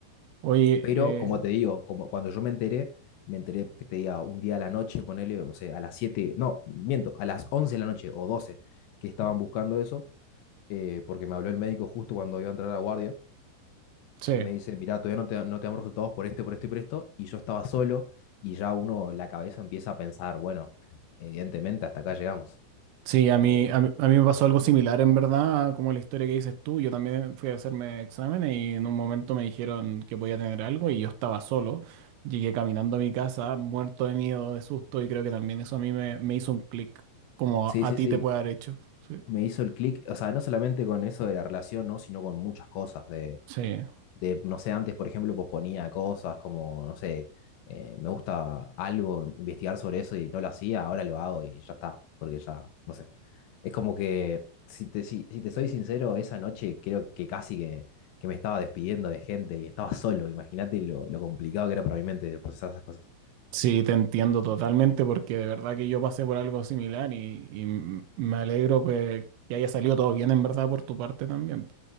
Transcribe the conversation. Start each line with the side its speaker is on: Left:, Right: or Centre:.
Right: oye,
Left: Pero
Right: eh,
Left: como te digo, como cuando yo me enteré, me enteré que te diga un día a la noche, ponele, no sé, a las 7 no, miento, a las 11 de la noche o 12 que estaban buscando eso, eh, porque me habló el médico justo cuando iba a entrar a la guardia
Right: sí,
Left: y me dice, mirá, todavía no te, no te damos resultados por este, por esto y por esto, y yo estaba solo y ya uno, la cabeza empieza a pensar, bueno, evidentemente hasta acá llegamos.
Right: sí, a mí,
Left: Eh,
Right: a mí, a mí me pasó algo similar en verdad, como la historia que dices tú, yo también fui a hacerme exámenes y en un momento me dijeron que podía tener algo y yo estaba solo, llegué caminando a mi casa, muerto de miedo, de susto y creo que también eso a mí me, me hizo un clic, como
Left: sí,
Right: a, a
Left: sí,
Right: ti
Left: sí,
Right: te puede haber hecho, sí,
Left: me hizo el clic, o sea, no solamente con eso de la relación, ¿no? sino con muchas cosas de
Right: sí,
Left: de, no sé, antes, por ejemplo, posponía cosas como, no sé, eh, me gusta algo, investigar sobre eso y no lo hacía, ahora lo hago y ya está, porque ya, no sé. Es como que, si te, si, si te soy sincero, esa noche creo que casi que, que me estaba despidiendo de gente y estaba solo, imagínate lo, lo complicado que era para mi mente procesar esas cosas.
Right: Sí, te entiendo totalmente porque de verdad que yo pasé por algo similar y, y m- me alegro que, que haya salido todo bien en verdad por tu parte también.